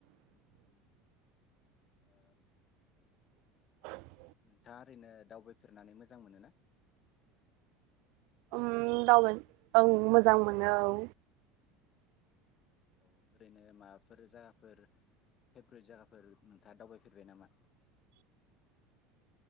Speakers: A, on the left (about 25°); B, on the right (about 50°).
A: उ-उ-उम। ओ
B: <inaudible>
A: नोंथाङा ओरैनो दावबायफेरनानै मोजां मोनो ना?
B: उम दावबाय औ मोजां मोनो औ
A: औ ओरैनो माबाफोर जागाफोर फेभ्रेट जागाफोर नोंथाङा दावबायफेरबाय नामा?